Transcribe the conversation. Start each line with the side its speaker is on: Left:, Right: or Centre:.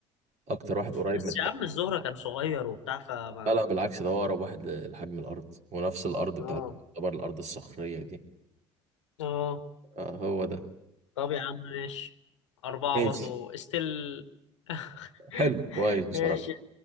Right: أكتر واحد قريب
Left: بس
Right: من الحاجة
Left: يا عم الزهرة كان صغير وبتاع فما
Right: لا لا بالعكس ده هو أقرب واحد ل- لحجم الأرض ونفس الأرض
Left: اه
Right: بتاعته تعتبر الأرض الصخرية دي
Left: اه
Right: آه هو ده
Left: طب يا عم ماشي أربعة
Right: ماشي
Left: برضو استل <laughs>
Right: حلو كويس بصراحة
Left: ماشي